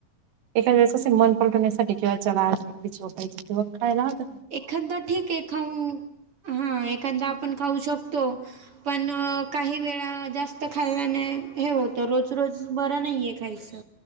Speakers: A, on the right; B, on the right.
A: एखाद्या वेळेस कसे मन पलटवण्यासाठी किंवा चला आज चोय तेव्हा खायला आ
B: एखादा ठीक आहे खाऊन हा एखादा आपण खाऊ शकतो. पण काही वेळा जास्त खाल्ल्याने हे होतं रोज, रोज बरं नाही आहे खायचं.